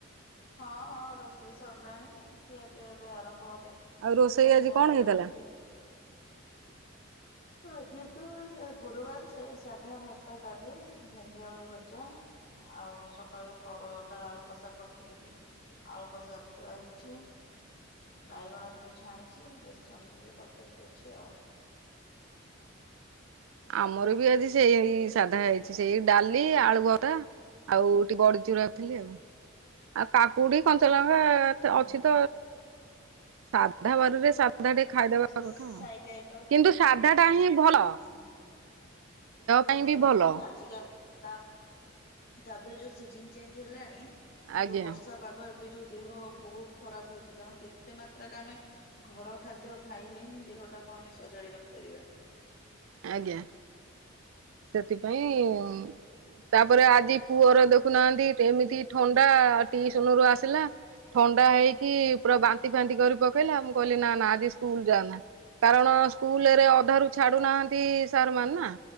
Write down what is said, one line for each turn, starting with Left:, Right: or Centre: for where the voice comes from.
Left: ହଁ ହଁ ରୋଷେଇ ସରିଲାଣି, ଖିଆ ପିଆ ଏବେ ଆରମ୍ଭ ହବ।
Right: ଆଉ ରୋଷେଇ
Left: ଶାଶୁ
Right: ଆଜି
Left: ଙ୍କ
Right: କଣ
Left: ଦେହ
Right: ହେଇଥିଲା?
Left: ଟା ଟିକେ ଆଜି ତ ସେ ଗୁରୁବାର ସେ ସାଧା ଭାତ, ଡାଲି, ଭେଣ୍ଡିଆଳୁ ଭଜା। ଆଉ ସକାଳେ ପରଟା ଆଳୁ କଷା କରିଥିଲି ବି ଆଳୁ କସା ଥୁଆ ହେଇଛି। ବାଇଗଣ ଟିକେ ଛାଣିଛି, ବେସନ ଟିକେ ତରକାରୀ କରିଛି ଆଉ।
Right: ଆମର ବି ଆଜି ସେଇ ସାଧା ହେଇଛି ସେଇ ଡାଲି, ଆଳୁ ବରା। ଆଉ ଟି ବଡି ଚୁରା ଖାଲି ଆଉ କା କୁଡି କଞ୍ଚଲଙ୍କା ଏ
Left: ହୁଁ
Right: ଅଛି
Left: ହୁଁ।
Right: ତ ସାଧା ବାରିରେ ସା ସାଧା ଟେ ଖାଇଦବା
Left: ସେ
Right: କଥା
Left: ସାଇଟ୍ ଆଇଟମ୍
Right: କିନ୍ତୁ
Left: ଆଉ
Right: ସାଧା ଟା ହିଁ ଭଲ।
Left: ହୁଁ
Right: ପାଇଁ
Left: ଦେହ
Right: ବି ଭଲ
Left: ପାଇଁ ଆଜିକା ତା ତାପରେ ଯୋଉ ସିଜନ ଚେଞ୍ଜ ହେଲାଣି,
Right: ଆଜ୍ଞା
Left: ଯୋଉ ବର୍ଷା ପା ଗ ଏବେ ଯୋଉ ଦେହ ବହୁତ ଖରାପ ହଉଛି, ତେଣୁ ଯେତେ ମାତ୍ରାରେ ଆମେ ଘର ଖାଦ୍ୟ ଖାଇଲେ ହିଁ ଦେହ ଟାକୁ ଆମେ ସଜାଡି ରଖି ପାରିବା।
Right: ଆଜ୍ଞା ସେଥିପାଇଁ ତାପରେ ଆଜି ପୁଅର ଦେଖୁନାହାନ୍ତି ଏମିତି ଥଣ୍ଡା ଟିଇସନରୁ ଆସିଲା ଥଣ୍ଡା ହେଇକି ପୁରା ବାନ୍ତି ଫାନ୍ତି କରି ପକେଇଲା ମୁଁ କହିଲି ନା ନା ଆଜି ସ୍କୁଲ ଯାଆନା। କାରଣ ସ୍କୁଲରେ ଅଧାରୁ ଛାଡୁନାହା ନ୍ତି ସାରମାନେ ନା